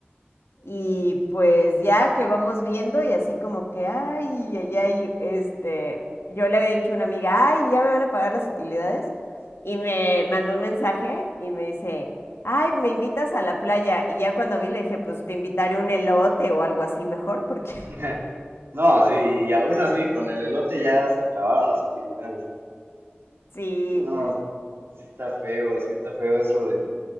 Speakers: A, on the left; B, on the right.
A: Y pues ya que vamos viendo y así como que, ay, ay, ay, este, yo le había dicho a una amiga, ay, ya me van a pagar las utilidades. Y me mandó un mensaje y me dice, ay, me invitas a la playa. Y ya cuando vi le dije, pues te invitaré un elote o algo así mejor, porque <laughs>
B: <laughs> No, sí, y aún así, con el elote ya se acabaron las utilidades.
A: sí.
B: No, sí está feo, sí está feo eso de